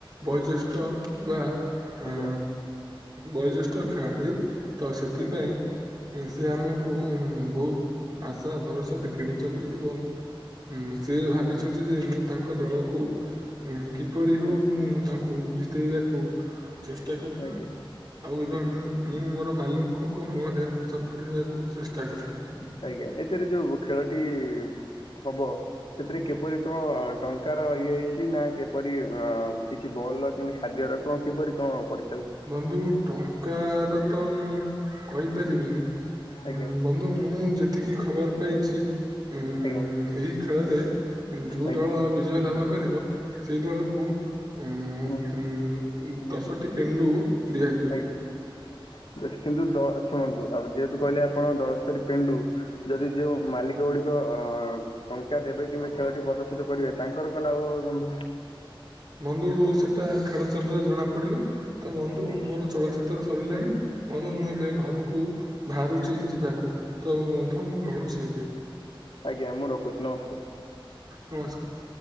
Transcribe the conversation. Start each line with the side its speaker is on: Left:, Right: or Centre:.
Right: ବୟୋଜ୍ୟେଷ୍ଠ ବା ଆ
Left: ଆଜ୍ଞା
Right: ବୟୋଜ୍ୟେଷ୍ଠ ଖେଳାଳି ତ ସେଥିପାଇଁ
Left: ଆଜ୍ଞା
Right: ସେ ଆମକୁ ବହୁତ ଆଶା ଭରସା ଦେଖେଇ ଦେଇଛନ୍ତି ଏବଂ ହୁଁ ସେ ଭାବିଛନ୍ତି ଯେ ମୁଁ ତାଙ୍କ ଦଳକୁ କିପରି
Left: ହୁଁ
Right: ହଉ ମୁଁ ତାଙ୍କୁ ଜିତେଇବାକୁ ଚେଷ୍ଟା କରିବି
Left: ଆଜ୍ଞା
Right: ଆଉ ଏବଂ
Left: ଆଜ୍ଞା
Right: ମୁଁ ମୁଁ ମୋର ମାଲିକଙ୍କ ମୁହଁରେ ହସ ଫୁଟେଇବାକୁ ଚେଷ୍ଟା କରିବି
Left: ଆଜ୍ଞା ଏଥିରେ ଯୋଉ ଖେଳଟି ହବ ସେଥିରେ କିପରି କ ଟଙ୍କାର ଇଏ ହେଇଛି ନା କିପରି ଅ କିଛି ବଲର କିମିତି ଖାଦ୍ୟର କଣ କିପରି କଣ ପଡିଛି
Right: ବନ୍ଧୁ ଟଙ୍କାର ତ ମୁଁ କହିପାରିବିନି
Left: ଆଜ୍ଞା
Right: ବନ୍ଧୁ ମୁଁ ଯେତିକି ଖବର ପାଇଛି ଉଁ
Left: ଆଜ୍ଞା
Right: ଏଇ ଖେଳରେ ଯୋଉ
Left: ଆଜ୍ଞା
Right: ଦଳ ଲାଭ କରିବ ସେଇ ଦଳକୁ ଉ
Left: ହୁଁ
Right: ଉ ଦଶଟି ପେଣ୍ଡୁ ଦିଆଯିବ
Left: ଆଜ୍ଞା ବେଶ କିନ୍ତୁ ଦ ଶୁଣନ୍ତୁ ଆଉ ଯେହେତୁ କହିଲେ ଆପଣ ଦଶଟି ପେଣ୍ଡୁ ଯଦି ଯୋଉ ମାଲିକ ଗୁଡିକ ଅ ଟଙ୍କା ଦେବେ କିମ୍ବା ଖେଳଟି ପ୍ରଦର୍ଶିତ କରିବେ ତାଙ୍କର କଣ ଲାଭ ହବ ବନ୍ଧୁ?
Right: ବନ୍ଧୁ ସେଇଟା ଖେଳ ସମୟରେ ଜଣା ପଡିବ ତ ବନ୍ଧୁ
Left: ଆଜ୍ଞା
Right: ମୋର ଚଳଚି ତ୍ର ସରିଲାଣି ବୁ ମୁଁ ଏବେ ଘରକୁ ବାହାରୁଛି ଯିବାକୁ ତ ବନ୍ଧୁ ମୁଁ ରହୁଛି ଏବେ।
Left: ଆଜ୍ଞା ମୁଁ ରଖୁଛି ନମସ୍କାର।
Right: ନମସ୍କାର।